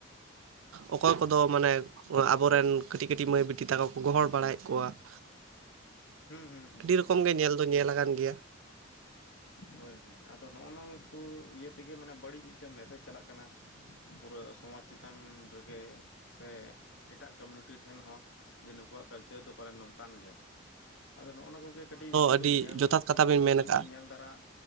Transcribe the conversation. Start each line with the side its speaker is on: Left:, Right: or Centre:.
Right: ᱚᱠᱚᱭ ᱠᱚᱫᱚ ᱢᱟᱱᱮ ᱟᱵᱚᱨᱮᱱ ᱠᱟᱹᱴᱤᱡ ᱠᱟᱹᱴᱤᱡ ᱢᱟᱹᱭ ᱵᱤᱴᱤ ᱛᱟᱠᱚ ᱠᱚ ᱜᱚᱦᱚᱲ ᱵᱟᱲᱟᱭᱮᱫ ᱠᱚᱣᱟ ᱾
Left: ᱦᱩᱸ ᱦᱩᱸ ᱦᱩᱸ
Right: ᱟᱹᱰᱤ ᱨᱚᱠᱚᱢ ᱜᱮ ᱧᱮᱞ ᱫᱚ ᱧᱮᱞ ᱟᱠᱟᱱ ᱜᱮᱭᱟ ᱾
Left: ᱦᱳᱭ ᱦᱳᱭ ᱾ ᱟᱫᱚ ᱱᱚᱜᱼᱚ ᱱᱚᱣᱟ ᱠᱚ ᱤᱭᱟᱹ ᱛᱮᱜᱮ ᱢᱟᱱᱮ ᱵᱟᱹᱲᱤᱡ ᱢᱤᱫᱴᱟᱱ ᱢᱮᱥᱮᱡᱽ ᱪᱟᱞᱟᱜ ᱠᱟᱱᱟ ᱾ ᱯᱩᱨᱟᱹ ᱥᱚᱢᱟᱡᱽ ᱪᱤᱛᱟᱱ ᱨᱮᱜᱮ ᱥᱮᱸ ᱮᱴᱟᱜ ᱠᱟᱹᱢᱱᱤᱭᱩᱱᱤᱴᱤ ᱴᱷᱮᱱ ᱦᱚᱸ ᱡᱮ ᱱᱳᱠᱳᱣᱟᱜ ᱠᱟᱞᱪᱟᱨ ᱫᱚ ᱯᱟᱞᱮᱱ ᱱᱚᱝᱠᱟᱱ ᱜᱮᱭᱟ ᱾ ᱟᱫᱚ ᱱᱚᱜᱼᱚ ᱱᱚᱣᱟ ᱠᱚᱜᱮ ᱠᱟᱹᱴᱤᱡ ᱟᱵᱳ
Right: ᱟᱹᱰᱤ
Left: ᱫᱚ ᱧᱮᱞ
Right: ᱡᱚᱛᱷᱟᱛ ᱠᱟᱛᱷᱟ
Left: ᱳᱨᱳᱢ
Right: ᱵᱮᱱ ᱢᱮᱱ ᱟᱠᱟᱜᱼᱟ
Left: ᱥᱮ ᱧᱮᱞ ᱫᱟᱨᱟ